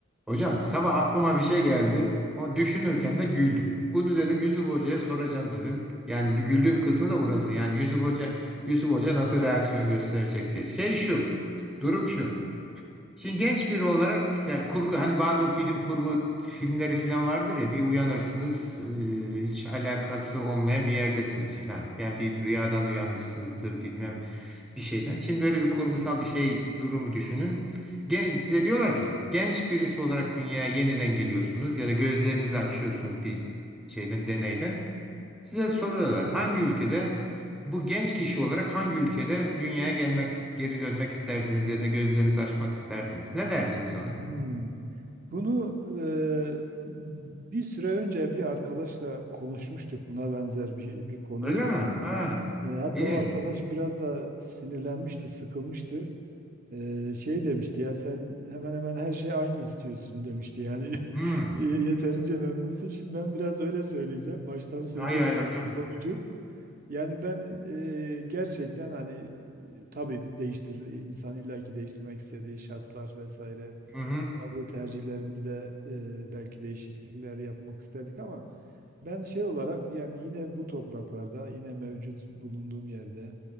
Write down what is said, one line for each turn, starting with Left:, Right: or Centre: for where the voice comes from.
Centre: Hocam sabah aklıma bir şey geldi. O düşünürken de güldüm. Bunu dedim Yusuf Hoca'ya soracağım dedim. Yani güldüğüm kısmı da burası. Yani Yusuf Hoca Yusuf Hoca nasıl reaksiyon gösterecek diye. Şey şu. Durum şu. Şimdi genç biri olarak yani kurgu hani bazı bilim kurgu filmleri falan vardır ya bir uyanırsınız e, hiç alakası olmayan bir yerdesiniz filan. Yani bir rüyadan uyanmışsınızdır bilmem bir şeyden. Şimdi böyle bir kurgusal bir şey durumu düşünün. Gen size diyorlar ki genç birisi olarak dünyaya yeniden geliyorsunuz ya da gözlerinizi açıyorsunuz bir şeyden deneyden. Size soruyorlar hangi ülkede bu genç kişi olarak hangi ülkede dünyaya gelmek, geri dönmek isterdiniz ya da gözlerinizi açmak isterdiniz? Ne derdiniz ona?
Right: Hmm. Bunu e, bir süre önce bir arkadaşla konuşmuştuk buna benzer bir, bir konuyu.
Centre: Öyle mi? Ha.
Right: E, hatta
Centre: ilginç.
Right: o arkadaş biraz da sinirlenmişti, sıkılmıştı. E, şey demişti ya sen hemen hemen her şey aynı istiyorsun demişti. Yani
Centre: Hmm.
Right: <laughs> ye- yeterince memnunsun. Şimdi ben biraz öyle söyleyeceğim. Baştan söyleyeyim
Centre: Hay hay hocam.
Right: sonucu. Yani ben e, gerçekten hani e, tabii değiştir insan illaki değiştirmek istediği şartlar vesaire
Centre: Hı hı.
Right: bazı tercihlerimizde e, belki değişiklikler yapmak isterdik ama ben şey olarak yani yine bu topraklarda yine mevcut bulunduğum yerde